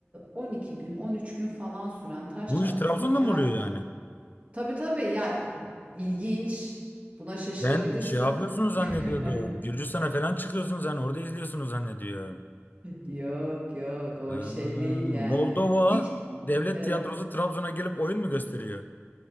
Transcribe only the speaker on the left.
Bu
iş Trabzon'da
mı
oluyor yani?
Ben şey yapıyorsunuz zannediyordum.
Gürcistan'a falan çıkıyorsunuz hani orada izliyorsunuz zannediyorum.
Ha,
Moldova
Devlet
Tiyatrosu Trabzon'a gelip oyun mu gösteriyor?